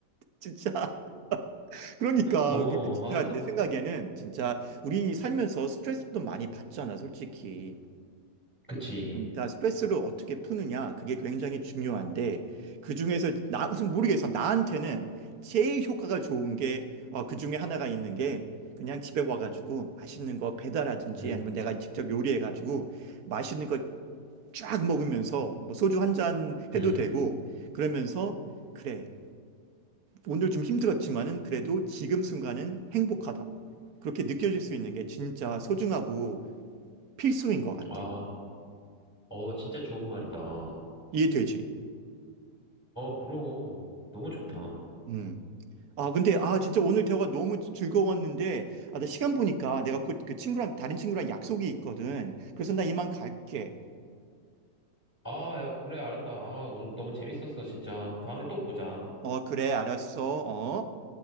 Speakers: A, on the right; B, in the centre.
A: 진짜. <laughs> 그러니까,
B: 어,
A: 그- 그 진짜
B: 아, 소,
A: 내 생각에는 진짜 우리 살면서 스트레스도 많이 받잖아, 솔직히.
B: 그치.
A: 그러니까 스트레스를 어떻게 푸느냐 그게 굉장히 중요한데 그중에서 나 무슨 모르겠어 나한테는 제일 효과가 좋은 게 어, 그중에 하나가 있는 게 그냥 집에 와가지고 맛있는 거 배달하든지
B: 응,
A: 아니면 내가 직접 요리해가지고 맛있는 거 쫙 먹으면서 뭐 소주 한 잔 해도
B: 응.
A: 되고 그러면서 그래 오늘 좀 힘들었지만은 그래도 지금 순간은 행복하다 그렇게 느껴질 수 있는 게 진짜 소중하고 필수인 것 같아
B: 아, 어, 진짜 좋은 말이다. 어,
A: 이해되지?
B: 그럼. 너무 좋다.
A: 음. 아, 근데, 아, 진짜 오늘 대화가 너무 즐거웠는데, 아, 나 시간 보니까 내가 곧 그 친구랑, 다른 친구랑 약속이 있거든. 그래서 나 이만 갈게.
B: 아, 야, 그래, 알았다. 아, 오늘 너무 재밌었어, 진짜. 다음에 또 보자.
A: 어, 그래, 알았어. 어.